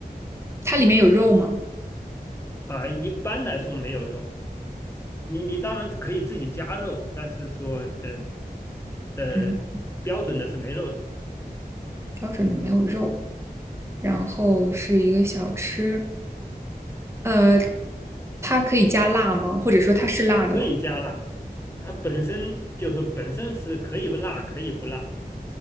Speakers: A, on the right; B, on the left.
A: 它里面有肉吗？
B: 啊、一般来说没有肉，你你当然可以自己加肉，但是说呃呃，
A: 嗯，
B: 标准的是没肉的，
A: 标准的没有肉，然后是一个小吃。呃，它可以加辣吗？或者说它是辣的吗？
B: 可以加辣。它本身就是说本身是可以辣可以不辣，